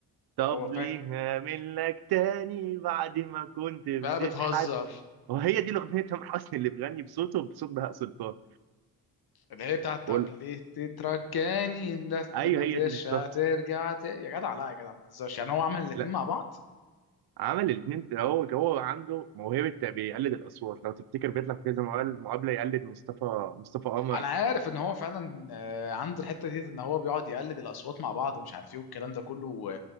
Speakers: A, on the right; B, on the left.
A: طب
B: طب وفاك
A: ليه هعمل لك تاني بعد ما كنت بتتحد
B: بقى بتهزر
A: وهي دي الأغنية تامر حسني اللي بيغني بصوته بصوت بهاء سلطان
B: اللي هي بتاعت طب
A: وال-
B: ليه تترجاني انت
A: أيوه
B: ما
A: هي
B: ترجع
A: دي بالظبط
B: ترجع ت- يا جدع لا يا جدع ما تهزرش يعني هو عمل الاتنين
A: لا
B: مع بعض
A: عمل الاثنين هو هو عنده موهبة بيقلد الأصوات لو تفتكر بيطلع في كذا مقابل- مقابلة يقلد مصطفى مصطفى قمر
B: انا عارف ان هو فعلا آه، عنده الحته ديت ان هو بيقعد يقلد الاصوات مع بعض ومش عارف ايه والكلام ده كله